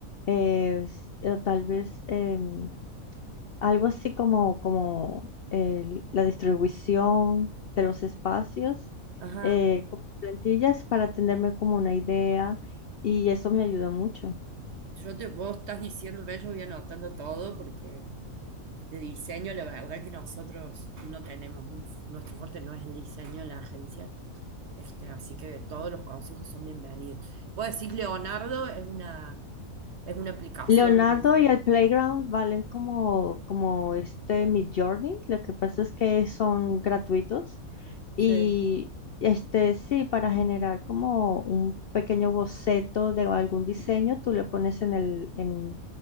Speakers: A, on the left; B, on the right.
A: eh, s- o tal vez em, algo así como, como el- la distribución de los espacios,
B: Ajá.
A: eh, con plantillas para tenerme como una idea y eso me ayuda mucho.
B: Yo te, vos estás diciendo, ve, yo voy anotando todo porque de diseño, la verdad que nosotros no tenemos, un- nuestro fuerte no es el diseño en la agencia. Este, así que todos los consejos son bienvenidos. Vos decís, Leonardo, es una, es una aplicación.
A: Leonardo y el Playground valen como, como este Midjourney. Lo que pasa es que son gratuitos.
B: Sí,
A: Y este sí, para generar como un pequeño boceto de algún diseño, tú le pones en el, en,